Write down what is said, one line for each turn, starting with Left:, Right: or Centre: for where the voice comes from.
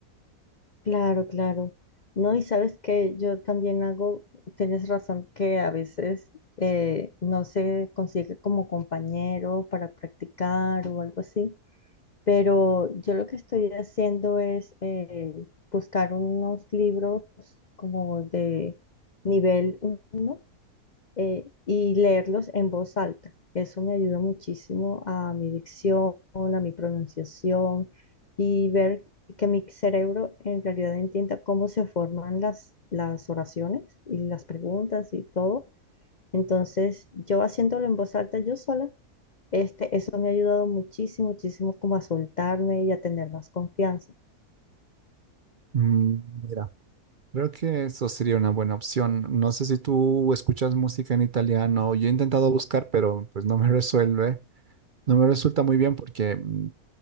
Left: Claro, claro. No, y sabes que yo también hago, tienes razón que a veces eh, no se consigue como compañero para practicar o algo así, pero yo lo que estoy haciendo es eh, buscar unos libros como de nivel uno eh, y leerlos en voz alta. Eso me ayuda muchísimo a mi dicción, a mi pronunciación y ver que mi cerebro en realidad entienda cómo se forman las, las oraciones y las preguntas y todo. Entonces, yo haciéndolo en voz alta yo sola, este, eso me ha ayudado muchísimo, muchísimo como a soltarme y a tener más confianza.
Right: Mm, Mira. Creo que eso sería una buena opción. No sé si tú escuchas música en italiano. Yo he intentado buscar, pero pues no me resuelve. No me resulta muy bien porque, mm,